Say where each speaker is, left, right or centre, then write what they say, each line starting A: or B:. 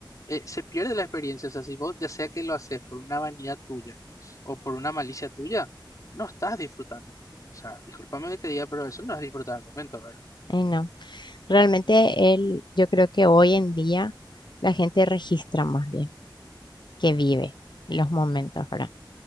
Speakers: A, on the left; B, on the left.
A: eh, se pierde la experiencia, o sea, si vos ya sea que lo haces por una vanidad tuya o por una malicia tuya, no estás disfrutando. O sea, discúlpame que te diga, pero eso no es disfrutar el momento, ¿verdad?
B: ahí no. Realmente el, yo creo que hoy en día la gente registra más bien. que vive los momentos, ¿verdad?